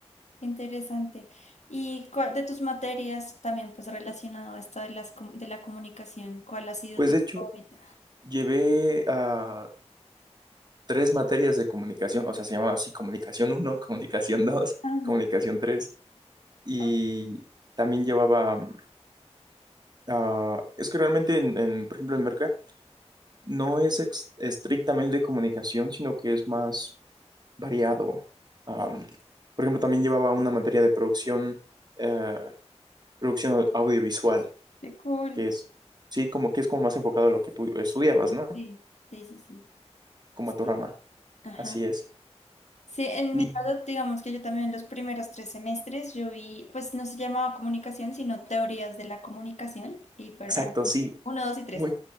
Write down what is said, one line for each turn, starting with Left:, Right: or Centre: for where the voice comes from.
Left: Interesante. Y cuál- de tus materias también, pues relacionado a esto de las com- de la comunicación, ¿cuál ha sido
Right: Pues
Left: tu
Right: de hecho,
Left: favorita?
Right: llevé a tres materias de comunicación, o sea, se llamaba así comunicación uno <laughs> comunicación 2
Left: Ah,
Right: comunicación 3 y
Left: oh,
Right: también llevaba, mm, ah, es que realmente, en, en, por ejemplo, en Merca, no es ex- estrictamente de comunicación, sino que es más variado. Am, por ejemplo, también llevaba una materia de producción, eh, producción audiovisual,
Left: qué cool.
Right: que es, sí, como que es como más enfocado a lo que tú estudiabas, ¿no?
Left: Sí, sí, sí, sí.
Right: Como
Left: Sí.
Right: a tu rama.
Left: Ajá.
Right: Así es.
Left: Sí, en
Right: Y
Left: mi caso, digamos que yo también los primeros tres semestres yo vi, pues no se llamaba comunicación, sino teorías de la comunicación, y fueron
Right: exacto,
Left: eran
Right: sí.
Left: uno, dos y tres.
Right: Muy,